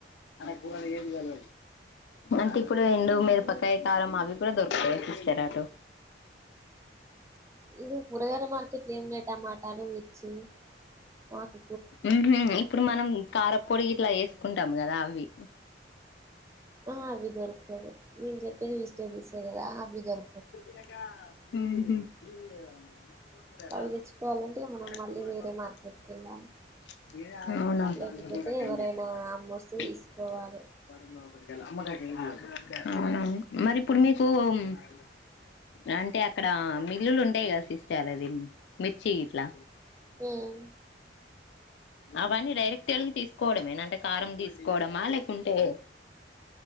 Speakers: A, on the left; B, on the right.
A: హు మన ఏజ్ కాదు అంటే ఇప్పుడు ఎండు మిరప మీరపకాయి కారం అవి కూడా దొరుకుతాయా సిస్టర్ అటు
B: ఇగ కూరగాయల మార్కెట్లు ఏమున్నాయి టమాటాలు మిర్చి మాకు
A: ఊహు ఇప్పుడు మనం కారంపొడి గీట్లా చేసు కొంటాం కదా అవి
B: ఆ అవి దొరకదు నేను చెప్పేది వెజిటబుల్స్ ఏ కదా అవి దొర
A: ఉహు ఇడ్లీ
B: అవి తెచ్చుకోవాలంటే
A: తినలేదా
B: మనం మళ్ళీ వేరే మార్కెట్కి
A: మామ
B: వెళ్ళాలి
A: అవునా
B: లేకపోతే ఎవరైనా అమ్మొస్తే
A: అవునవును
B: తీసుకోవాలి
A: మరిప్పుడు మీకు అంటే అక్కడ మిల్లులు ఉంటాయి కదా సిస్టర్ అది మిర్చి ఇట్లా
B: ఉమ్
A: అవన్నీ డైరెక్ట్ గా వెళ్ళి తీసుకోవడమేనా అంటే కారం తీసుకోవడమా లేకుంటే